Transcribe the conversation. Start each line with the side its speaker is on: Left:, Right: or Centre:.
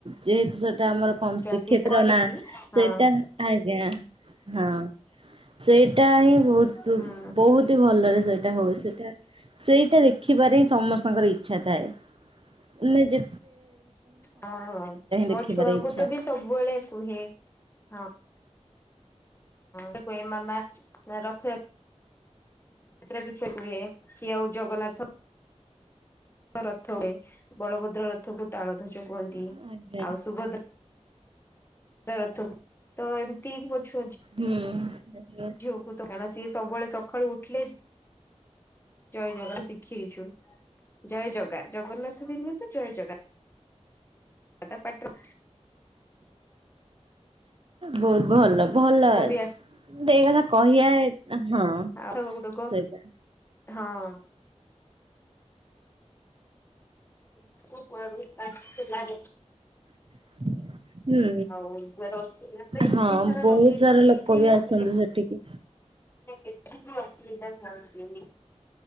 Right: ଯେହେତୁ ସେଟା ଆମର କଣ
Left: ଟାଣୁଛନ୍ତି
Right: ଶ୍ରୀକ୍ଷେତ୍ର
Left: କରିକି
Right: ନା?
Left: ହଁ
Right: ସେଇଟା ଆଜ୍ଞା ହଁ ସେଇଟା ହିଁ। ବହୁତ
Left: ହୁଁ
Right: ବହୁତ ହି ଭଲରେ ସେଇଟା ହଉଏ ସେଇଟା ସେଇଟା ଦେଖିପାରେ ସମସ୍ତଙ୍କର ଇଛା ଥାଏ ।ନା ଯେ
Left: ହଁ
Right: ଦେଖିବାର
Left: ମୋ ଛୁଆକୁ
Right: ଇଚ୍ଛା।
Left: ତ ବି ସବୁବେଳେ କୁହେ ହଁ। ହଁ ଏମାମା ରଥ ଯାତ୍ରା ଏଥିରେ ବି ସେ କୁହେ କି ଆଉ ଜଗନ୍ନାଥ ରଥ ହୁଏ ବଳଭଦ୍ର ରଥକୁ ତାଳ ଧ୍ୱଜ କୁହନ୍ତି
Right: ଆଜ୍ଞା
Left: ।ଆଉ ସୁଭଦ୍ରା ରଥ, ତ ଏମିତି ମୋ ଛୁ
Right: ହୁଁ। ଆଜ୍ଞା।
Left: ଝିଅକୁ ତ କାଁ ସି ସବୁବେଳେ ସକାଳୁ ଉଠିଲେ ଜୟ ଜଗନ୍ ଶିଖେଇଛୁ ଜୟ ଜଗା ଜଗନ୍ନାଥ ବି ନୁହେ ତ, ଜୟ ଜଗା ତା ପାଟିରୁ
Right: ବହୁତ ଭଲ ଭଲ ଏଇ
Left: ବି
Right: କଥା କହିବା ହଁ
Left: ଆ ଗୁଡକ
Right: ସେଇଟା
Left: ହଁ <inaudible>
Right: <inaudible> ହୁଁ
Left: ଆଉ ଅଛି ତ ଏତେ
Right: ହଁ
Left: ସାରା
Right: ବହୁତ
Left: ଲଗେଇଛନ୍ତି
Right: ସାରା ଲୋକ
Left: ଯେ
Right: ବି ଆସନ୍ତି
Left: ସେ
Right: ସେଠିକି
Left: କିଛି ବି ଅସୁବିଧା ହୁଅନ୍ତିନି